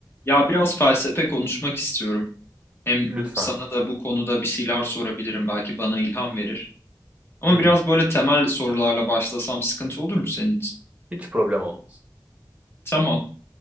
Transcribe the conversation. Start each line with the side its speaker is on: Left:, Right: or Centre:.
Left: Ya biraz felsefe konuşmak istiyorum. Hem
Right: Lütfen.
Left: sana da bu konuda bir şeyler sorabilirim. Belki bana ilham verir. Ama
Right: Hı hı.
Left: biraz böyle temel sorularla başlasam sıkıntı olur mu senin için?
Right: Hiç problem olmaz.
Left: Tamam.